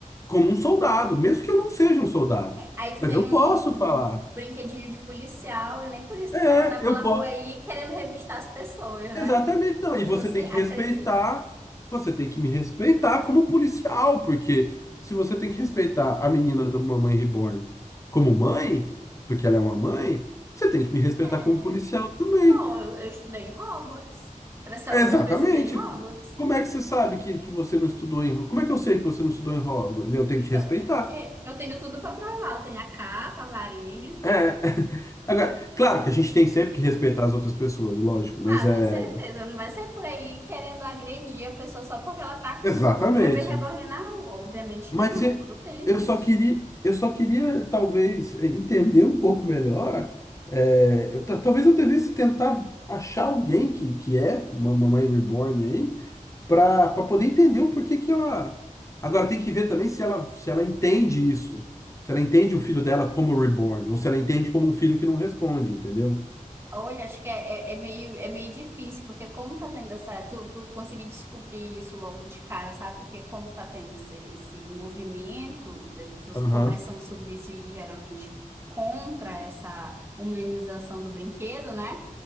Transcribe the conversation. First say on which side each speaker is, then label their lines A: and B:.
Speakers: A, on the left (about 20°); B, on the right (about 20°).
A: como um soldado, mesmo que eu não seja um soldado.
B: É, Aí tu
A: Mas
B: tem
A: eu
B: um,
A: posso
B: um
A: falar.
B: brinquedinho de policial, e nem por isso
A: É,
B: tu vai andar pela
A: eu posso.
B: rua aí querendo revistar as pessoas, né?
A: Exatamente, não.
B: Porque
A: E você
B: você
A: tem
B: acredita.
A: que respeitar, você tem que me respeitar como policial, porque se você tem que respeitar a menina da Mamãe Reborn como mãe, porque ela é uma mãe, você tem que me respeitar
B: É.
A: como policial também.
B: Ó, eu, eu estudei em Hogwarts. Pra ser
A: Exatamente.
B: lógico, eu estudei em Hogwarts.
A: Como é que você sabe que, que você não estudou em... Como é que eu sei que você não estudou em Hogwarts? Eu tenho que te
B: Eu,
A: respeitar.
B: é, eu tenho tudo pra provar. Eu tenho a capa, a varinha.
A: É. <laughs> Agora, claro que a gente tem sempre que respeitar as outras pessoas, lógico, mas
B: Ah,
A: é...
B: com certeza. Não vai sair por aí querendo agredir a pessoa só porque ela tá com
A: Exatamente.
B: um bebê reborn na rua. Obviamente
A: Mas
B: que não,
A: e-
B: tudo tem limite.
A: eu só queria, eu só queria talvez entender um pouco melhor. é, eu ta- talvez eu devesse tentar achar alguém que, que é uma mamãe reborn aí, para poder entender o porquê que ela. Agora tem que ver também se ela, se ela entende isso. Se ela entende o filho dela como reborn, ou se ela entende como um filho que não responde, entendeu?
B: Olha, acho que é, é, é meio, é meio difícil, porque como tá tendo essa. Tu, tu conseguir descobrir isso logo de cara, sabe? Porque como tá tendo esse, esse movimento das pessoas
A: Aham.
B: conversando sobre isso e geralmente contra essa humanização do brinquedo, né?